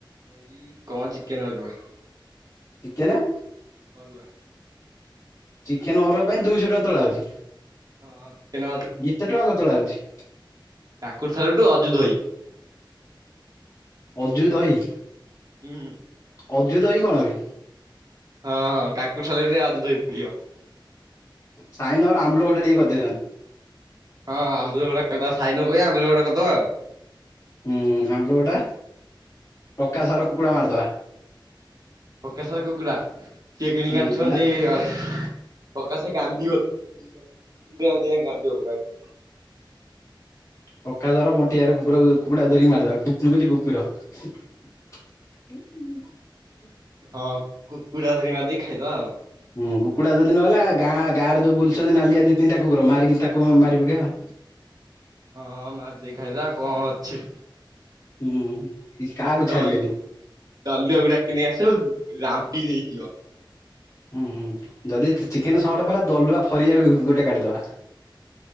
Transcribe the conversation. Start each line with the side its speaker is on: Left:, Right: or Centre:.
Right: ଏଇ କଣ ଚିକେନଅରୁଆ
Left: ଚିକେନ
Right: ଅରୁଆ
Left: ଚିକେନ ଅରୁଆ ପାଇଁ ଦୁଇଶହ ଟଙ୍କା ତୋଳା ହଉଛି
Right: ହଁ ଚିକେନ
Left: ଏତେ ଟଙ୍କା କ ତଳା ହଉଛି---?
Right: ଠାକୁର ଥଲଠୁ ଅଜୁ ଦଇ
Left: ଅଜୁ ଦ ଭାଇ
Right: ହୁଁ।
Left: ଅଜୁତ ଭାଇ କଣ ବେ?
Right: ହଁ ହଁ କାକୁଡି ସାଲାଡ଼ ରେ ଅଜୁତ ଭାଈ କରିବ।
Left: ସାଇନର ଆମ୍ବୁଲ ଗୋଟେ ଟିକେ କରିଦେଇ
Right: ହଁ ଆମ୍ୱ ସଢା କରିଦବା ସାଇନୁକୁ କହିବା ଆମ୍ବ ସଢା ଟା କରିଦବା ଆଉ।
Left: ହୁଁ ଆମ୍ବୁଲ ଖଟା ପକା ସାର କୁକୁଡା ମାରିଦବା।
Right: ପ୍ରକାଶ ର କୁକୁଡା ସିଏ କିଣିକି
Left: ହୁଁ
Right: ଆଣିଛନ୍ତି
Left: ନା
Right: ଅ। ପକା ସେ କାନ୍ଦିବ ଦି ଟା ଦି ଟା ରାତି ଯାଏଁ କାନ୍ଦିବ ପକାଇ। <inaudible>
Left: ପକ୍କା ଧର ବଣ୍ଟି ଭାଇର କୁକୁରକୁ କୁକୁଡ଼ାକୁ ଧରିକି ମାରିଦବା କୁକୁ ମୁଁ କହୁଚି କୁକୁର ହୁଁ। <inaudible>
Right: ହଁ କୁ କକୁଡ଼ା ଧର ମାର ଦେଇି ଖାଇଦବା ଆଉ।
Left: ହୁଁ କୁକୁଡ଼ଡା ଦୁ ଦିନ ଗଲା ଗାଁ ଗାଁରେ ଯୋଉ ବୁଲୁଛନ୍ତି, ନାଲିଆ ଦି ତିନିା କକୁର ମାରିକି ତାକୁ ମାରି ପକେ ଆଉ।
Right: ହଁ ମା ଦେଇ ଖାଇଦ କଣ ଅଛି
Left: ହୁଁ କାହାକୁ ଛାଡିବେନି।
Right: ଦଲ ଗୁଡା କି ନେଇ ଆସୁ ରାମ୍ପି ଦେଇଯିବ।
Left: ହୁଁ ହୁଁ ଯଦି ଚିକେନ ସଟ ପଲା ଦଲୁଆ ଫରିଆ ଗୋଟେ କାଢିଦବା।